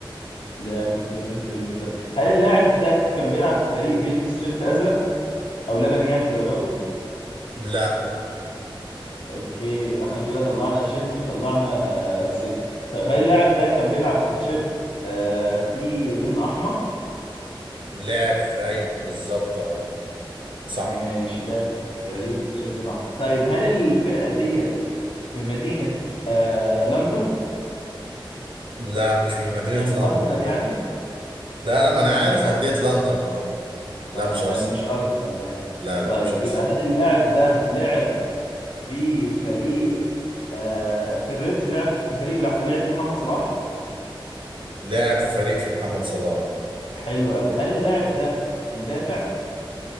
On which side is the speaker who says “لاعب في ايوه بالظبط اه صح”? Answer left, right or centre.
Right